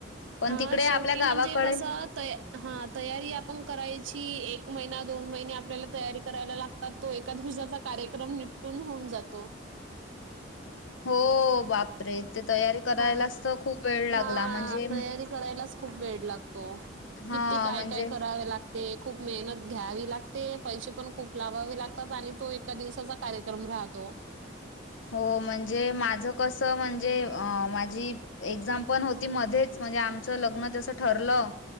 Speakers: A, on the left (about 75°); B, on the right (about 75°).
A: पण
B: हां
A: तिकडे
B: शेवटी
A: आपल्या गावाकडे
B: म्हणजे कसं त हा. तयारी आपण करायची. एक महिना दोन महिने आपल्याला तयारी करायला लाग ता. तो एका दिवसाचा कार्यक्रम निपटून होऊन जातो.
A: हो बापरे. ते तयारी करायलाच
B: हा.
A: तर खूप वेळ लागला
B: हां
A: म्हणजे
B: तयारी करायलाच खूप वेळ लागतो.
A: हा
B: किती काय
A: म्हणजे
B: काय करावे लाग ते. खूप मेहनत घ्यावी लागते. पैसे पण खूप लागावे लागतात. आणि तो एका दिवसाचा कार्यक्रम राहतो.
A: हो म्हणजे माझं कसं म्हणजे अ माझी एक्झाम पण होती मध्येच. म्हणजे आमचं लग्न जसं ठरलं.